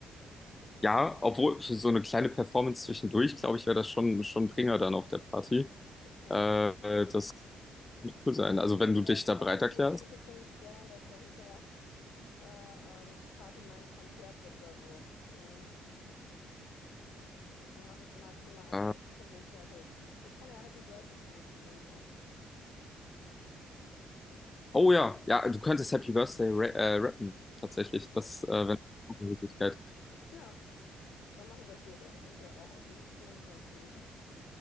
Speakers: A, on the left; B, on the left.
A: Ja, obwohl für so eine kleine Performance zwischendurch, glaube ich, wäre das schon, schon ein Bringer dann auf der Party.
B: Okay.
A: Äh, das wird cool sein. Also,
B: Ich will
A: wenn
B: mich
A: du
B: da
A: dich
B: jetzt
A: da
B: aber
A: bereit
B: auch nicht
A: erklärst.
B: so in den Mittelpunkt stellen, dass dann hinterher äh, ähm, die Party mein Konzert wird oder so. Ne? Dann mache ich maximal ein,
A: Äh,
B: zwei Sachen und fertig. Ich kann ja Happy Birthday zum Beispiel singen auch.
A: oh ja, ja, du könntest Happy Birthday ra äh, rappen, tatsächlich. Das äh, wäre eine Möglichkeit.
B: Ja, dann machen wir das so. Dann ist das ja auch auf ihn bezogen. Ja, cool.